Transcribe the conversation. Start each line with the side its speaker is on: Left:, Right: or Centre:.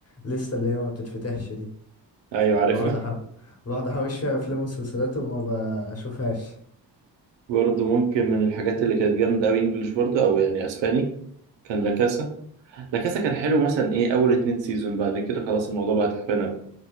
Left: الليستة اللي هي ما بتتفتحش دي
Right: أيوة عارف
Left: بقعد احب بقعد احوش فيها افلام ومسلسلات وما بشوفهاش
Right: <laughs> برضو ممكن من الحاجات اللي كانت جامدة أوي إنجلش برضو أو يعني أسباني كان لا كاسا لا كاسا كان حلو مثلا ايه اول اتنين سيزون بعد كده خلاص الموضوع بقى تعبان أوي.